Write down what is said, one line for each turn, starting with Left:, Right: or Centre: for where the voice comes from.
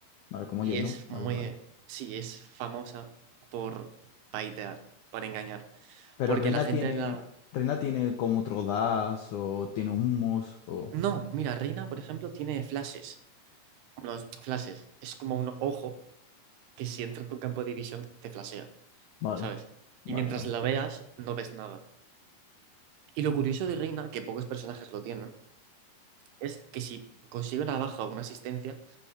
Left: Vale, como
Right: y
Left: Jett,
Right: es
Left: ¿no? Vale,
Right: muy,
Left: vale.
Right: sí, es famosa por paitear, por engañar,
Left: Pero
Right: porque
Left: Reina
Right: la gente
Left: tiene...
Right: la...
Left: Reina tiene como otro dash o tiene humos o...
Right: No, mira, Reina, por ejemplo, tiene flashes, unos flashes, es como un ojo que si entra en tu campo de visión te flashea,
Left: Vale,
Right: ¿sabes?
Left: vale,
Right: Y mientras
Left: vale.
Right: la veas, no ves nada. Y lo curioso de Reina, que pocos personajes lo tienen, es que si consigue una baja o una asistencia,